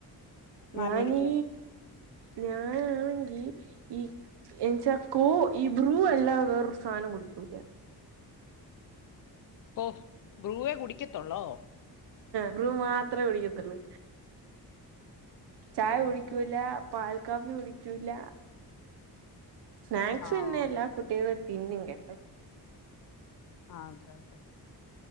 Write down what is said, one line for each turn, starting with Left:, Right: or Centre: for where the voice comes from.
Left: നാല്
Right: ഞാനീ
Left: മണിക്ക്
Right: ഞാന ഈ എച്ചാ കോ ഈ ബ്രൂ എല്ലാത വേറൊരു സാധനം കുടിക്കൂ ല്ല
Left: കൊഫ് ബ്രൂവേ കുടിക്കത്തുള്ളോ
Right: ബ്രൂ മാത്രേ കുടിക്കത്തിുള്ളൂ ചായ
Left: ഓ
Right: കുടിക്കൂല
Left: അങ്ങനെ
Right: പാൽ കാഫി കുടിക്കൂല്ല സ്നാക്സും
Left: ആഹ്
Right: ഇന്നല്ല കുട്ടികള തിന്ന കേട്ടോ
Left: ആ അതെ അതെ